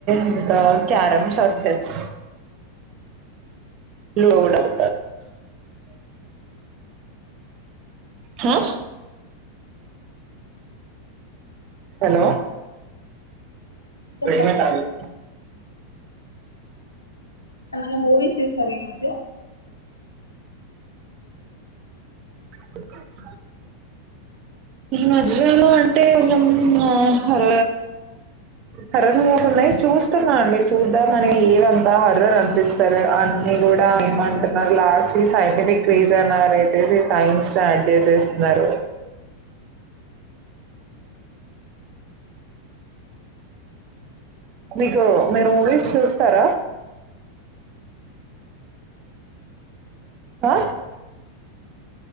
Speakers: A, on the right; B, on the left.
A: ఇంకా క్యారంమ్ చర్చెస్ లోడ్ అవుతుంది హ హలో
B: చెప్పండి
A: పేమెంట్ ఆగదు
B: ఏమైనా మూవీస్ తీసారా ఈమధ్య
A: <inaudible> ఈ మధ్యాల అంటేం హర హర మోసంన్నాయి చూస్తున్నా అండి చూద్దామని ఏవంతా హర్రర్ అనిపిస్తారు అన్ని కూడా ఏమంటున్నారు లాస్ట్ సైంటిఫిక్ రీజన్ అనిసేసి తేసి సైన్స్ ను ఆడ్ చేసేస్తున్నారు మీకు మీరు మూవీస్ చూస్తారా ఆ